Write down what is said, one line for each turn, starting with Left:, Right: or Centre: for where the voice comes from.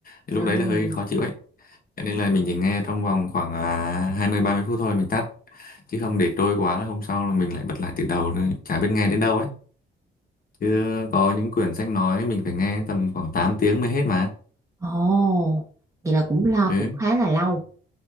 Left: Thì
Right: À.
Left: lúc đấy là hơi khó chịu ấy Cho nên là mình chỉ nghe trong vòng khoảng à, hai mươi ba mươi phút thôi mình tắt. Chứ không để trôi quá là hôm sau là mình lại bật lại từ đầu nữa. Chả biết nghe đến đâu ấy. Chứ có những quyển sách nói mình phải nghe tầm khoảng 8 tiếng mới hết mà.
Right: Ồ, vậy là cũng lo cũng
Left: Ừ.
Right: khá là lâu.